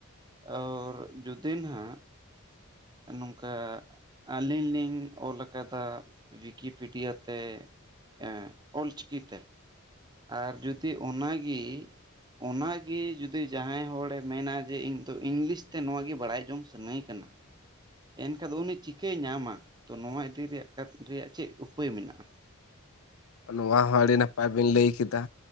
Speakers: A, on the right; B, on the left.
A: ᱟᱨ ᱡᱩᱫᱤ ᱦᱟᱸᱜ ᱱᱚᱝᱠᱟ ᱟᱹᱞᱤᱧ ᱞᱤᱧ ᱚᱞ ᱟᱠᱟᱫᱟ ᱞᱤᱠᱤᱯᱤᱰᱤᱭᱟᱛᱮ ᱮᱸ ᱚᱞᱪᱤᱠᱤᱛᱮ ᱟᱨ ᱡᱩᱫᱤ ᱚᱱᱟᱜᱮ ᱚᱱᱟᱜᱮ ᱡᱩᱫᱤ ᱡᱟᱦᱟᱸᱭ ᱦᱚᱲᱮ ᱢᱮᱱᱟ ᱡᱮ ᱤᱧ ᱫᱚ ᱤᱝᱞᱤᱥ ᱛᱮ ᱱᱚᱭᱟ ᱜᱮ ᱵᱟᱲᱟᱭ ᱡᱚᱝ ᱥᱟ ᱥᱟᱹᱱᱟᱹᱭ ᱠᱟᱱᱟ ᱮᱱᱠᱷᱟᱱ ᱫᱚ ᱩᱱᱤ ᱪᱤᱠᱟᱹᱭ ᱧᱟᱢᱟ ᱛᱚ ᱱᱚᱣᱟ ᱤᱫᱤ ᱨᱮᱭᱟᱜ ᱨᱮᱭᱟᱜ ᱪᱮᱫ ᱩᱯᱟᱹᱭ ᱢᱮᱱᱟᱜᱼᱟ
B: ᱱᱚᱣᱟ ᱦᱚᱸ ᱟᱹᱰᱤ ᱱᱟᱯᱟᱭ ᱵᱮᱤᱱ ᱞᱟᱹᱭ ᱠᱮᱫᱟ